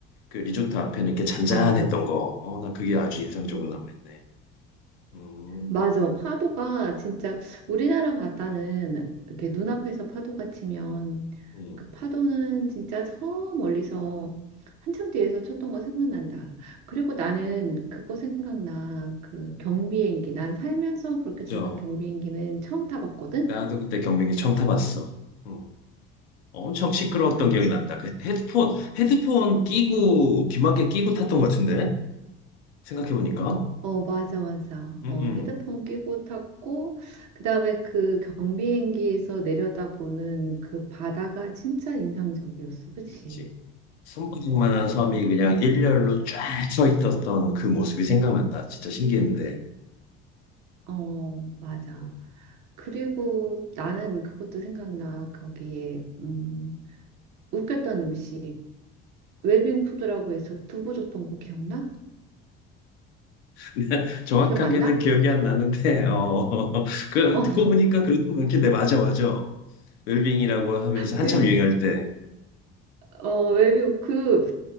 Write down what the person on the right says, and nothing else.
어,
맞아. 파도가 진짜 우리나라 바다는 이렇게 눈앞에서 파도가 치면
그 파도는 진짜 저 멀리서 한참 뒤에서 쳤던 거 생각난다. 그리고 나는 그거 생각나. 그 경비행기. 난 살면서 그렇게
작은 경비행기는 처음 타봤거든.
그치?
어, 맞아, 맞아.
어,
헤드폰 끼고 탔고, 그 다음에 그 경비행기에서 내려다보는 그 바다가 진짜 인상적이었어. 그치?
어.
어, 맞아.
그리고 나는 그것도 생각나. 거기에 음, 웃겼던 음식 웰빙 푸드라고 해서 두부 줬던 거 기억나?
기억 안 나?
<laughs> 어,
그,
어, 웰빙 그